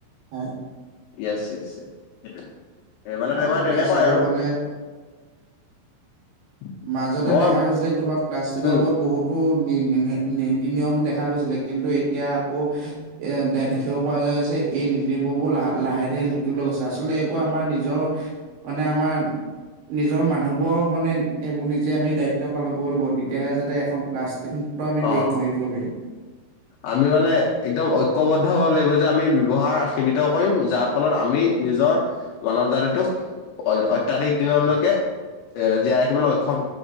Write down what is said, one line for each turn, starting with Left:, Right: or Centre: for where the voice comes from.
Right: হয়।
Left: য়েছ য়েছ য়েছ সেইটো সে মানে
Right: আৰু
Left: তোমাৰ
Right: এতিয়া
Left: তেনেকুৱাই
Right: চাব
Left: আৰু।
Right: গ'লে
Left: <unintelligible>
Right: মাজতে
Left: মই
Right: দেখা গৈছিলে তোমাৰ প্লাষ্টিকৰ
Left: উম
Right: ওপৰত বহুত- টো নীতি নিয়ম দেখা গৈছিলে। কিন্তু এতিয়া আকৌ এ দেখিব পৰা যোৱা গৈছে এই নীতিমবোৰ-বোৰ লাহে লাহে লাহে লোকিবলৈ গৈছে আচলতে এইবোৰ আমাৰ নিজৰ- মানে আমাৰ নিজৰ মানুহবোৰ মানে- এইবোৰ নিজে আমি দায়িত্ব পালন কৰিব লাগিব তেতিয়াহে যাতে এখন প্লাষ্টিক মুুক্ত আমি দেশ
Left: অ
Right: গঢ়ি তুলিব পাৰিম।
Left: আমি মানে একদম ঐকয়বদ্ধ হ'ব লাগিব যে আমি ব্যৱহাৰ সীমিত কৰিম যাৰ ফলত আমি নিজৰ মানৱ জাতিটোক অত্যধিক দিনলৈকে
Right: হয়
Left: এ জীয়াই ৰাখিবলৈ সক্ষম হম।